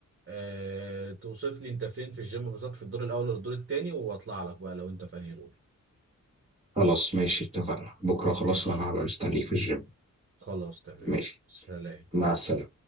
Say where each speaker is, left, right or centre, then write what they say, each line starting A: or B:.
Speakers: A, on the right; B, on the right.
A: اه... توصف لي انت فين في الجيم بالظبط في الدور الاول ولا الدور التاني واطلع لك بقى لو انت في انهي دور
B: خلاص ماشي اتفقنا بكرة
A: ماشي
B: خلاص وأنا هبقى مستنيك في الجيم
A: خلاص تمام
B: ماشي
A: سلام
B: مع السلامة